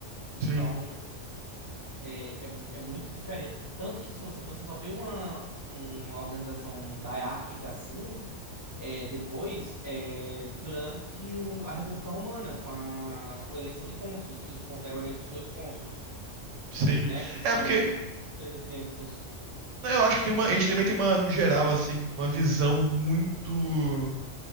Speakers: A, on the left; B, on the right.
A: Então,
B: Sim,
A: é, é, é muito diferente. Tanto que se você, você só vê uma, uma organização diárquica assim, é, depois, é, durante o- a República Romana, com a, a eleição de cônsules, que os, cô- eram eleitos dois cônsules,
B: sim.
A: né? Que tinham
B: É porque
A: eles idênticos.
B: né, eu acho que tem uma, a gente também tem uma, no geral, assim, uma visão muito